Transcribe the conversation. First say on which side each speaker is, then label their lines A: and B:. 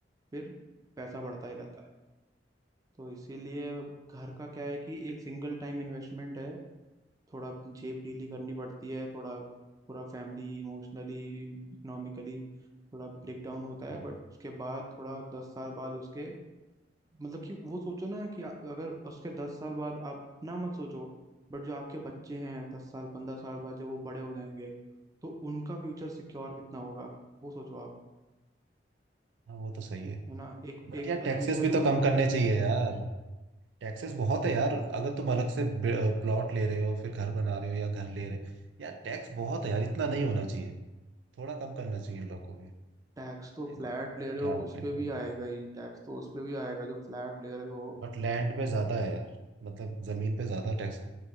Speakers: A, on the right (about 20°); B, on the right (about 75°).
A: फिर पैसा बढ़ता ही रहता है तो इसीलिए घर का क्या है कि एक सिंगल टाइम इन्वेस्टमेंट है थोड़ा जेब ढीली करनी पड़ती है थोड़ा पूरा फैमिली इमोशनली इकोनॉमिकली थोड़ा ब्रेकडाउन होता
B: हाँ
A: है बट उसके बाद थोड़ा दस साल बाद उसके मतलब कि वो सोचो ना कि आ- अगर उसके दस साल बाद आप ना मत सोचो बट जो आपके बच्चे हैं दस साल पंद्रह साल बाद जब वो बड़े हो जाएंगे तो उनका फ्यूचर सिक्योर कितना होगा वो सोचो आप
B: हाँ वो तो सही है
A: है ना एक
B: बट
A: एक
B: यार
A: रेंटल
B: टैक्सेस भी
A: इनकम
B: तो कम करने चाहिए यार टैक्सेस बहुत है यार अगर तुम अलग से प्लॉट ले रहे हो फिर घर बना रहे हो या घर ले रहे हो यार टैक्स बहुत है यार इतना नहीं होना चाहिए थोड़ा कम करना चाहिए इन लोग को भी
A: टैक्स तो
B: नहीं,
A: फ्लैट
B: government को
A: ले
B: भी
A: रहे
B: क्या
A: हो उस
B: बोले
A: पे
B: यार
A: भी आएगा ही टैक्स तो उस पे भी आएगा जो फ्लैट ले रहे हो
B: बट लैंड पे ज्यादा है यार मतलब जमीन पे ज्यादा टैक्स है